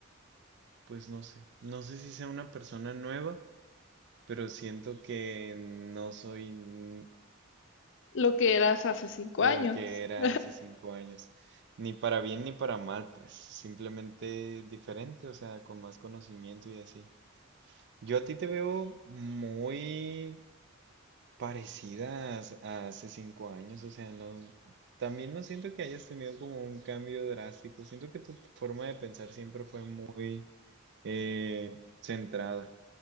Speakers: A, on the right; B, on the left.
A: pues no sé. No sé si sea una persona nueva. pero siento que no soy n-
B: lo que eras hace 5
A: lo
B: años.
A: que era
B: <laughs>
A: hace cinco años, ni para bien ni para mal, pues simplemente diferente, o sea, con más conocimiento y así. Yo a ti te veo muy parecida a, a hace cinco años, o sea, no, también no siento que hayas tenido como un cambio drástico, siento que tu forma de pensar siempre fue muy eh, centrada.